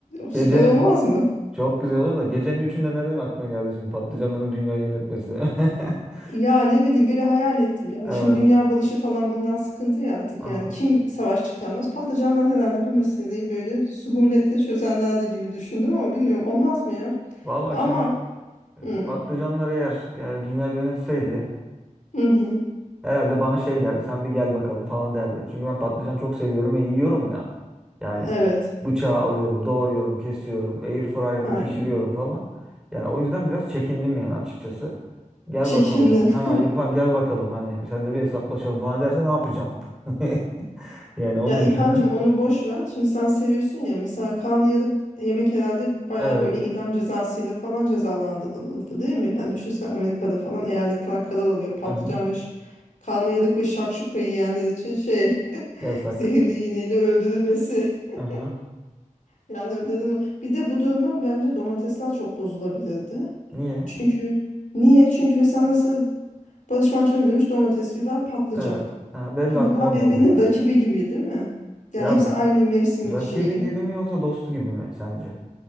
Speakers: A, in the centre; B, on the left.
A: gecenin
B: Süper olmaz mı?
A: çok güzel oldu da gecenin üçünde nereden aklına geldi şimdi patlıcanların dünyayı yönetmesi? <laughs>
B: Ya ne bileyim böyle hayal ettim yani.
A: Evet.
B: Şimdi dünya barışı falan bundan sıkıntı ya artık
A: Aha.
B: yani. Kim savaş çıkarmaz? Patlıcanlar herhalde bu meseleyi böyle suhuletle çözerlerdi gibi düşündüm ama bilmiyorum olmaz mı ya?
A: Vallahi
B: Ama
A: şimdi e,
B: hı,
A: patlıcanlar eğer e, dünya yönetseydi
B: hı, hı.
A: Herhalde bana şey derdi. Sen bir gel bakalım falan derdi. Çünkü ben patlıcan çok seviyorum ve yiyorum ya. Yani
B: Evet
A: bıçağı alıyorum, doğruyorum, kesiyorum, air fryer'da
B: aynen.
A: pişiriyorum falan. Yani o yüzden biraz çekindim yani açıkçası. Gel
B: Çekindi.
A: bakalım sen. Ha
B: <laughs>
A: İrfan gel bakalım. Hani sen de bir hesaplaşalım falan derse ne yapacağım? <laughs> Yani onu
B: Ya İrfancığım
A: düşündüm.
B: onu boş ver. Şimdi sen seviyorsun ya. Mesela karnıyarık yemek herhalde bayağı
A: Evet.
B: böyle idam cezasıyla falan cezalandırıldı değil mi? Yani düşünsene Amerika'da falan eyaletler karar alıyor. Patlıcan
A: Hı-hı.
B: ve ş- karnıyarık ve şakşuka yiyenler için şey <laughs>
A: Yasak.
B: zehirli iğneyle öldürülmesi. <laughs>
A: Hı-hı.
B: Yani neden o? Bir de bu duruma bence domatesler çok bozulabilirdi.
A: Niye?
B: Çünkü niye? Çünkü mesela nasıl Barış Manço ne demiş? Domates, biber, patlıcan.
A: Evet. Ha, benim
B: Şimdi
A: de aklıma
B: bunlar
A: o
B: birbirinin
A: geldi.
B: rakibi gibi değil mi? Yani
A: Ya
B: hepsi aynı mevsimin
A: rakibi
B: şeyi.
A: gibi mi yoksa dostu gibi mi sence?